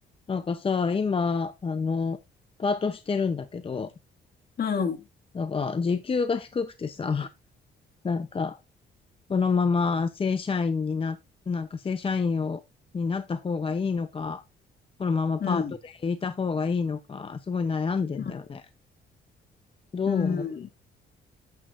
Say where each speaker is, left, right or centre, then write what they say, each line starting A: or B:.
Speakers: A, on the left (about 25°); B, on the left (about 50°).
A: なんかさ、今、あの、パートしてるんだけど、
B: うん。
A: なんか、時給が低くてさ、<laughs> なんか、このまま正社員にな、なんか正社員を、になった方がいいのか、このままパートでいた方がいいのか、
B: うん。
A: すごい悩んでんだよね。
B: うん。
A: どう思う
B: うん